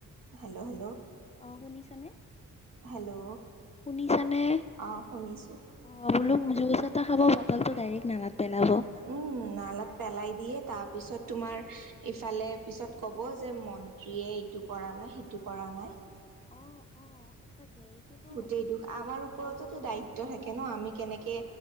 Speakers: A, on the right; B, on the left.
A: হেল্ল'! হেল্ল'!
B: অ', শুনিছানে!
A: হেল্ল'!
B: শুনিছানে!
A: অ', শুনিছোঁ।
B: অ', বোলো জুচ এটা খাব, বটল টো ডাইৰেক্ট নালাত পেলাব।
A: উম, নালত পেলাই দিয়ে, তাৰপিছত তোমাৰ ইফালে পিছত ক'ব যে মন্ত্ৰীয়ে এইটো কৰা নাই, সিটো কৰা নাই।
B: অ', অ'। সঁচাকে এইটোতো
A: গোটেই দুখ, আমাৰ ওপৰটোতো
B: নহয় ন
A: দায়িত্ব থাকে ন, আমি কেনেকে